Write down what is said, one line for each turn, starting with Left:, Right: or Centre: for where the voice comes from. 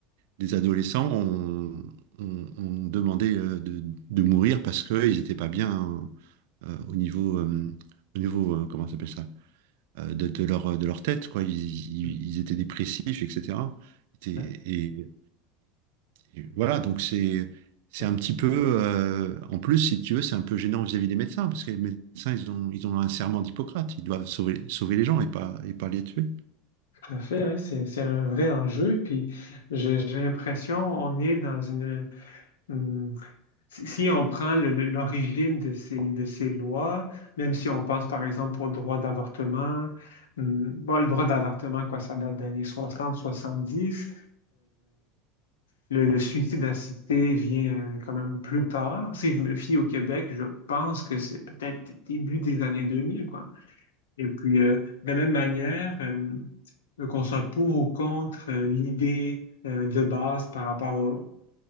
Right: des adolescents ont, ont- ont demandé euh, de, de mourir parce qu'ils n'étaient pas bien euh, au niveau, euh, au niveau euh, comment ça s'appelle ça, Euh, de, de leur, de leur tête, quoi. Ils, ils-
Left: mhm.
Right: ils étaient dépressifs, etc. Et,
Left: Ouais,
Right: et- et voilà, donc c'est c'est
Left: ouais,
Right: un petit peu, euh, en plus, si tu veux, c'est un peu gênant vis-à-vis des médecins, parce que les médecins, ils ont, ils ont un serment d'Hippocrate, ils doivent sauver, sauver les gens et pas, et pas les tuer.
Left: tout à fait, ouais, c'est, c'est un vrai enjeu. Puis j'ai j'ai l'impression on est dans une, une- si si on prend le- le- l'origine de ces, de ces lois, même si on pense par exemple au droit d'avortement, hum, bon, le droit d'avortement, quoi, ça date des années soixante soixante dix Le, le suicide assisté vient euh, quand même plus tard. Si je me fie au Québec, je pense que c'est peut-être début des années 2000, quoi. Et puis, euh, de la même manière, euh, qu'on soit pour ou contre euh, l'idée euh, de base par rapport au-